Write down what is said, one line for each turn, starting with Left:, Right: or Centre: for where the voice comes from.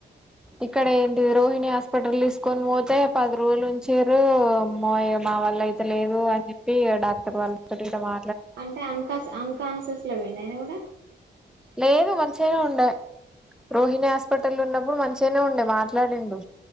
Centre: ఇక్కడ ఏంటిది రోహిణి హాస్పిటల్తీసుకొని పోతే పది రోజులు ఉంచిర్రు మోయ మ వాళ్ళయితే లేదు అని చెప్పి డాక్టర్ వాళ్ళతోటి ఇట్ల మా
Right: అంటే అన్కా అన్కాన్సస్లోపోయిండ అయన కూడా
Centre: లేదు మంచిగానే ఉండే రోహిణి హాస్పిటల్ ఉన్నప్పుడు మంచ్ చ్చనే ఉండే మాట్లాడిండు